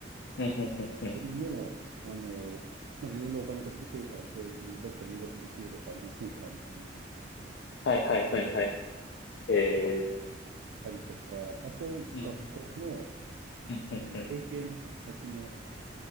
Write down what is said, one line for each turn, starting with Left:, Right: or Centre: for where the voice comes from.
Left: うん、うん、うん、うん。
Right: でも、あの、まあ、自分でお金取ってくるから教授にどっか留学できるとこありませんかみたいな、
Left: はい、はい、はい、はい。えー、
Right: たりとか、あと、
Left: うん、
Right: 学校の、
Left: うん、うん、
Right: あの、
Left: うん、
Right: 提携の先の、